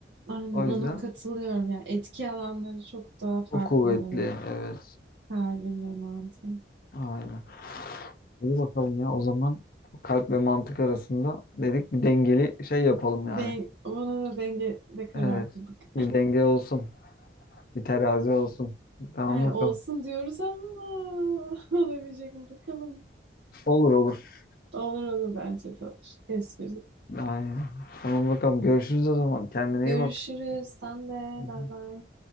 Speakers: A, on the right (about 75°); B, on the left (about 50°).
A: Aynen
B: O yüzden
A: ona katılıyorum. Yani etki alanları çok daha farklı
B: çok kuvvetli
A: hani
B: evet.
A: kalbin ve mantığın.
B: Aynen. İyi bakalım ya o zaman kalp ve mantık arasında dedik bir dengeli şey yapalım
A: Den
B: yani.
A: ona da dengede karar
B: Evet.
A: kıldık.
B: Bir denge olsun. Bir terazi olsun. Tamam
A: Yani
B: bakalım.
A: olsun diyoruz ama <laughs> olabilecek mi bakalım.
B: Olur olur.
A: Olur olur bence de olur. Espri.
B: Aynen. Tamam bakalım. Görüşürüz o zaman. Kendine iyi
A: Görüşürüz.
B: bak.
A: Sen de.
B: Hı hı.
A: Bay bay.